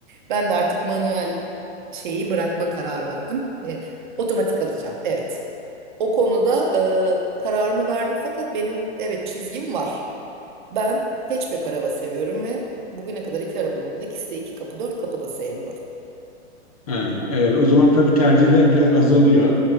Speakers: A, on the right; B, on the left.
A: Ben de artık manuel şeyi bırakma kararı verdim. E, otomatik alacağım evet. O konuda e, kararımı verdim fakat benim evet çizgim var. Ben hatchback araba seviyorum ve bugüne kadar iki arabam oldu. İkisi de iki kapı, dört kapı da sevmiyorum.
B: Ee, Evet, o zaman tabii tercihler biraz azalıyor.